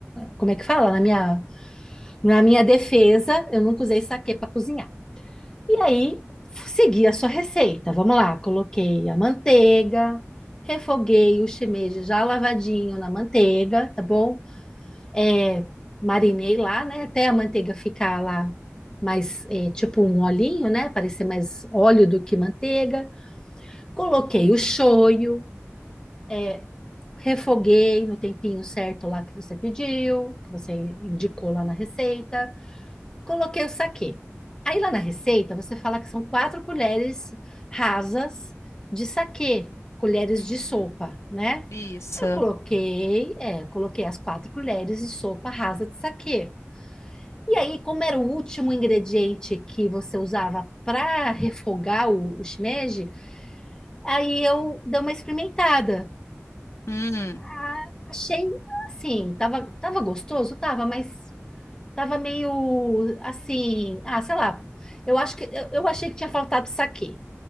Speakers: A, on the left; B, on the left.
A: como é que fala? Na minha, na minha defesa, eu nunca usei saquê para cozinhar. E aí, segui a sua receita. Vamos lá, coloquei a manteiga, refoguei o shimeji já lavadinho na manteiga, tá bom? É, marinei lá, né? Até a manteiga ficar lá mais, é, tipo um olhinho, né? Parecer mais óleo do que manteiga. Coloquei o shoyu, é, refoguei no tempinho certo lá que você pediu, que você indicou
B: uhum,
A: lá na receita. Coloquei o saquê. Aí lá na receita você fala que são quatro colheres rasas de saquê, colheres
B: uhum.
A: de sopa, né?
B: Isso.
A: Eu coloquei, é, coloquei as quatro colheres de sopa rasa de saquê. E aí, como era o último ingrediente que você usava para refogar o, o shimeji, aí eu dei uma experimentada.
B: Hum,
A: Ah, achei assim, tava, tava gostoso, tava, mas Tava meio assim, ah, sei lá. Eu acho que eu, eu achei que tinha faltado saquê.